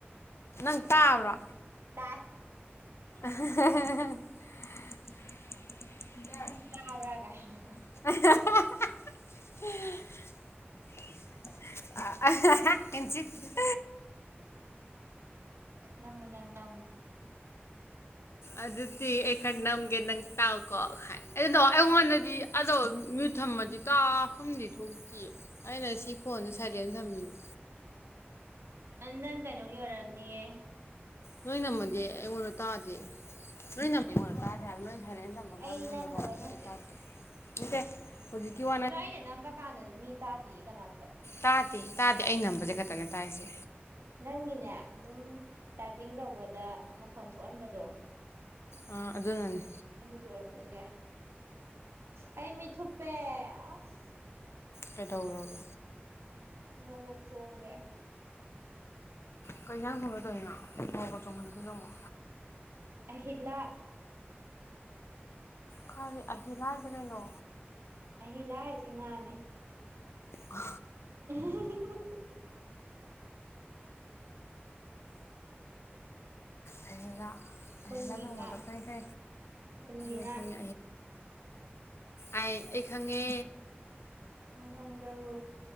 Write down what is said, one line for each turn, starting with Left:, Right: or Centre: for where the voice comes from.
Left: ꯅꯪ ꯇꯥꯕ꯭ꯔꯣ
Right: ꯇꯥꯛ
Left: ꯀ
Right: ꯅꯪ ꯇꯥꯕ꯭ꯔꯥ ꯀꯥꯏꯅ ꯅꯝ ꯅꯪ ꯅꯝ
Left: ꯑꯗꯨꯗꯤ ꯑꯩ ꯈꯔ ꯅꯝꯒꯦ ꯅꯪ ꯇꯥꯛꯀꯣ ꯍꯥꯏ ꯑꯗꯨꯅ ꯑꯩꯉꯣꯟꯗꯗꯤ ꯑꯗꯣ ꯃꯤꯨ ꯊꯝꯃꯗꯤ ꯇꯥꯐꯝꯗꯤ ꯊꯣꯛꯇ ꯑꯩꯅ ꯁꯤ ꯐꯣꯟꯗꯦ ꯁꯥꯏꯂꯦꯟ ꯊꯝꯃꯤꯅꯦ
Right: ꯅꯪ ꯀꯩꯅꯣꯒꯤ ꯑꯣꯏꯔꯑꯝꯅꯤꯌꯦ
Left: ꯂꯣꯏꯅꯃꯗꯤꯦ ꯑꯩꯉꯣꯟꯅ ꯇꯥ ꯂꯃꯤꯉ ꯀ ꯍꯥꯏ ꯅꯣꯏ ꯍꯥꯏꯔꯦꯩꯅ ꯊꯝꯃ
Right: ꯑꯩ
Left: ꯀꯥꯟꯗ ꯅ
Right: ꯅꯝꯗꯕꯩꯅꯦ
Left: ꯅꯝꯃꯗꯣ ꯑꯩ
Right: ꯍꯧꯖꯤꯛ
Left: ꯇꯥꯗꯗꯦ ꯅꯠꯇꯦ ꯍꯧꯖꯤꯛꯀꯤ ꯋꯥꯅ
Right: ꯑꯗꯣ ꯑꯩꯅ ꯅꯝꯕ ꯀꯥꯟꯗꯗꯤ ꯃꯤ ꯇꯥꯗꯦ ꯀꯅꯥꯝꯇ
Left: ꯇꯥꯗꯦ ꯇꯥꯗꯦ ꯑꯩ ꯅꯝꯕꯁꯦ ꯈꯛꯇꯅꯦ ꯇꯥꯏꯔꯤꯁꯦ
Right: ꯅꯪꯒꯤꯅꯦ ꯑꯗꯨꯝ ꯇꯥꯏꯄꯤꯡ ꯇꯧꯕꯗ ꯃꯈꯣꯟ ꯊꯣꯛꯍꯟꯕꯗꯣ
Left: ꯑ ꯑꯗꯨꯅꯅꯤ
Right: ꯑꯣꯏꯔꯝꯃꯁꯦ ꯑꯩ ꯃꯤꯠꯊꯨꯞꯄꯦ ꯑꯁ
Left: ꯀꯩꯗꯧꯔꯒꯦ
Right: ꯃꯣꯔꯣꯛ ꯆꯣꯡꯈ꯭ꯔꯦ
Left: ꯀꯩ ꯀꯥꯡ ꯈꯨꯝꯕꯗꯧꯔꯤꯅꯣ ꯑꯣ ꯀ ꯆꯅꯃ
Right: ꯑꯍꯤꯂꯥ
Left: ꯀꯔꯤ ꯑꯍ ꯂꯥꯏꯁꯦ ꯀꯩꯅꯣ
Right: ꯑꯩ ꯂꯥꯛꯏꯁꯦ ꯉꯥꯅꯦ
Left: ꯑ
Right: <inaudible>
Left: ꯂꯩ ꯑꯍꯍꯤꯂꯗ
Right: ꯎꯟꯒꯤ ꯉꯥ
Left: ꯃꯗꯀ ꯈ
Right: ꯎꯟꯒꯤ
Left: ꯑꯍꯂꯥ
Right: ꯉꯥ
Left: ꯑꯩ ꯑꯩ ꯈꯪꯉꯦ
Right: ꯅꯪ ꯈꯪꯕ꯭ꯔꯣ